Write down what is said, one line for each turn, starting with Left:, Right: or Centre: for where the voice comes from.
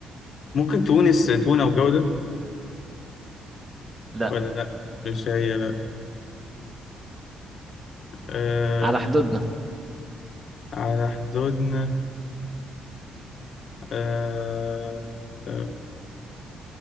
Left: ممكن تونس تونة وجودة
Right: لا
Left: ولا لأ مش هي لأ آه
Right: على حدودنا
Left: على حدودنا آه آه